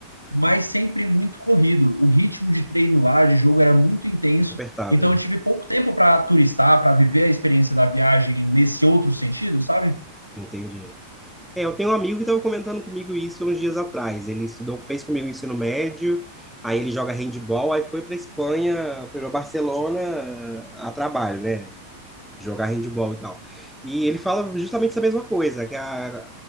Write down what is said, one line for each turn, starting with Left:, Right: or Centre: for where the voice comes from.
Left: mas sempre muito corrido. O ritmo de treino lá, de jogo, era muito intenso.
Centre: Muito Apertado,
Left: Então
Centre: né?
Left: eu tive pouco tempo para turistar, para viver a experiência da viagem nesse outro sentido, sabe?
Centre: Entendi. É, eu tenho um amigo que estava comentando comigo isso uns dias atrás. Ele estudou, fez comigo o ensino médio, aí ele joga handball, aí foi para Espanha, foi para Barcelona a trabalho, né? jogar handball e tal. E ele fala justamente essa mesma coisa, que a,